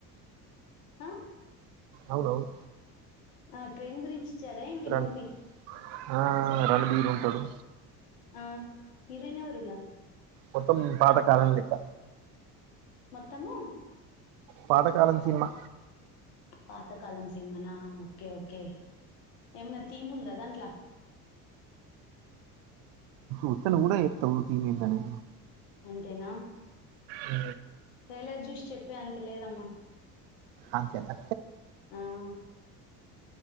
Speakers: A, on the left (about 80°); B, on the right (about 65°).
A: అ
B: అవునవును
A: ఆ ట్రైన్ గురించి ఇచ్చాడా ఎంటి
B: రణ్
A: మూవీ
B: ఆ రణబీరుంటడు
A: అ కిరణ్ ఎవరున్నారు
B: మొత్తం పాత కాలం లేక్క
A: మొత్తము
B: పాతాకాలం సినిమా
A: పాతకాలం సినిమానా ఓకే ఓకే ఏమనా థీమ్ ఉందా దాంట్లో
B: ఉత్తెను గూడ చెప్తాము థీమ్ ఎందిదని
A: అంతేనా
B: అ
A: ట్రయిలర్ చూసి చెప్పేంత లేదమ్మా
B: అంతేనా
A: ఆ